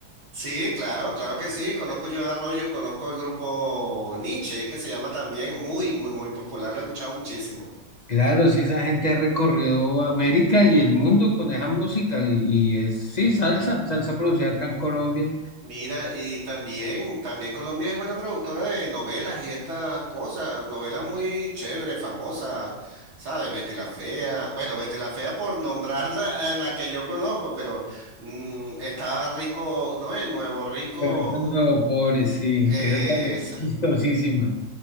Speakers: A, on the right; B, on the left.
A: Sí, claro, claro que sí. Conozco yo a Arroyo, conozco el grupo Nietzsche, es que se llama también muy, muy, muy popular. Lo he escuchado muchísimo.
B: Claro, sí, esa gente ha recorrido América y el mundo con esa música y, y es, sí, salsa, salsa producida acá en Colombia.
A: Mira, y también, también Colombia es buena productora de novelas y estas cosas, novelas muy chéveres, famosas, ¿sabes? Betty la Fea. Bueno, Betty la Fea por nombrar la, <laughs> eh, la que yo conozco, pero mm, está Rico, ¿no es? Nuevo Rico.
B: Perrito Nuevo Pobre, sí,
A: Esa.
B: esa es talentosísima.